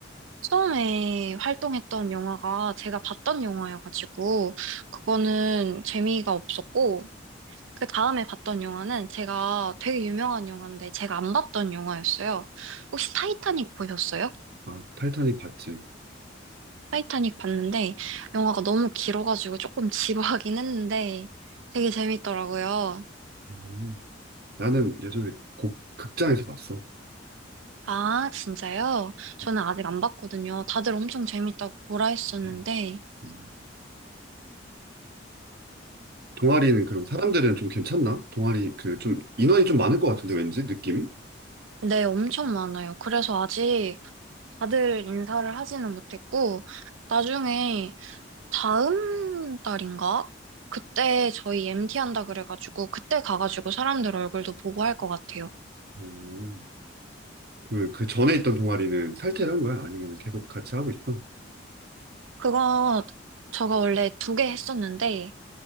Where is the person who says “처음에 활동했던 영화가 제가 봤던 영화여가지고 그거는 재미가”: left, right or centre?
Right